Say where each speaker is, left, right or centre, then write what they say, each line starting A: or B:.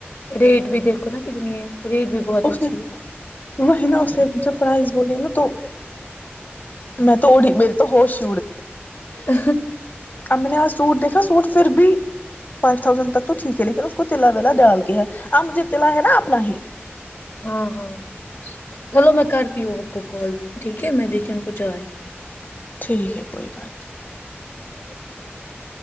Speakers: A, on the left (about 70°); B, on the left (about 45°).
A: ریٹ بھی دیکھو نا کتنی ہے ریٹ بھی بہت اچھی
B: اس نے
A: ہے
B: وہی نا اس نے جو پرائز ب نا تو میں تو اڑی میرری تو ہوش
A: ا
B: ام نے آ سوٹ دیکا سوٹ پھر بھی فائیو تھاؤزڈ تک تو ٹھیک ہے لیکن اس کو تلا ویلا ڈال کے ہے اب مجھے تلا ہے نا اپنا ہی
A: ہاں ہاں چلو میں کرتی ہوں آپ کو کال ٹھیک ہے میں دیکتیوں کچھ آئے
B: ٹھیک ہے کوئی بات نہیں
A: ھم